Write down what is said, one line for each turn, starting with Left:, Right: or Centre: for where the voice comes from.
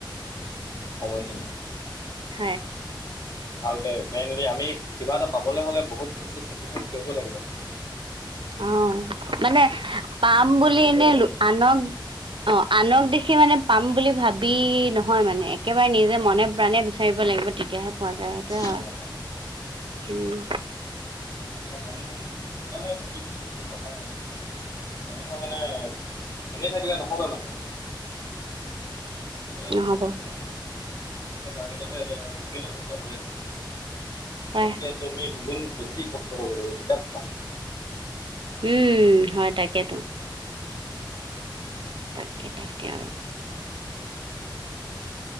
Left: সময়খিনি
Right: হয়।
Left: ভালকে মেইনলি আমি কিবা এটা পাবলে হ'লে বহুত বেছি চেক্ৰিফাইচ কৰিব লাগিব খালি।
Right: অঁ' মানে পাম বুলি
Left: উঠি
Right: এনেই
Left: পৰি লাগিব
Right: লো
Left: লাগিব
Right: আনক- অঁ' আনক দেখি মানে পাম বুলি ভাবি নহয়, মানে একেবাৰে নিজে মনে প্ৰাণে বিচাৰিব লাগিব। তেতিয়াহে পোৱা যায়, সেইটোয়ে হয়,
Left: কাৰণে পোৱা নাই
Right: উম।
Left: এতিয়া মানুহ ইমানে <unintelligible> মানুহে মানে এনেই থাকিলে নহব মানে। চবতে কম্পিটিশ্যন
Right: নহ'ব
Left: ন, কিন্তু তাৰ ভিতৰতে এতিয়া চবেইটো কষ্ট কৰি আছে।
Right: হয়
Left: তাতকে তুমি দুগুণ বেছি কষ্ট কৰিব লাগিব। তেতিয়া-
Right: উম, হয় তাকেতো, তাকে তাকে আৰু।